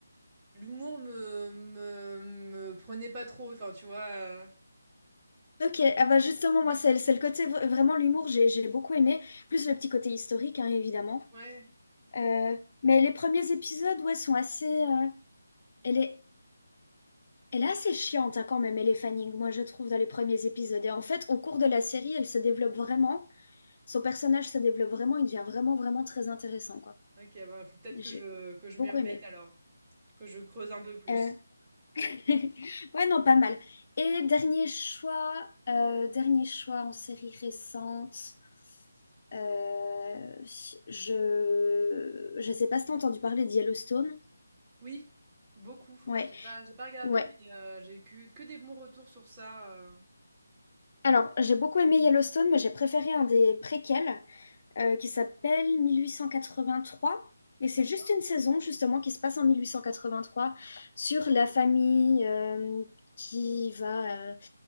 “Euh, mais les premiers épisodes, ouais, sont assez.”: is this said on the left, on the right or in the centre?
Left